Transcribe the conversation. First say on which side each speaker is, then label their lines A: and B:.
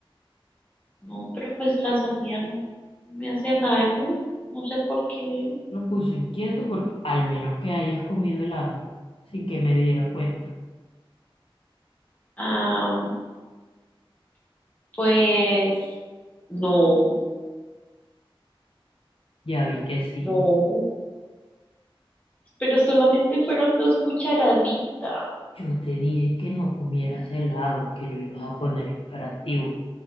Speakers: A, on the left; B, on the left.
A: No, pero pues la sandía no me hace daño, no sé por qué.
B: lo puso inquieto porque al menos que hayas comido helado sin que me diera cuenta.
A: Ah, pues no,
B: Ya vi que sí.
A: no, pero solamente fueron dos cucharaditas.
B: Yo te dije que no comieras helado, que lo ibas a poner imperativo,